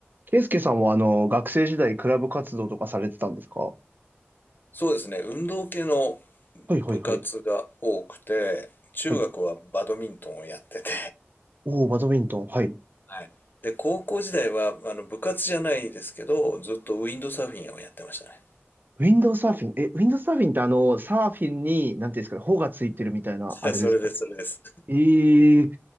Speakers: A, on the right (about 45°); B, on the left (about 45°).
A: ケイスケさんはあの、学生時代クラブ活動とかされてたんですか
B: そうですね。運動系の
A: はいはいはい。
B: 部活が多くて、中学はバドミントンをやってて、
A: はい。おー、バドミントン。はい。
B: はい。で、高校時代は、あの、部活じゃないですけど、ずっとウィンドサーフィンをやってましたね。
A: ウィンドウサーフィン。え、ウィンドウサーフィンってあの、サーフィンに、なんていうんですかね、帆がついてるみたいな、
B: <laughs>
A: あれですかね。
B: それです、それです。
A: えー、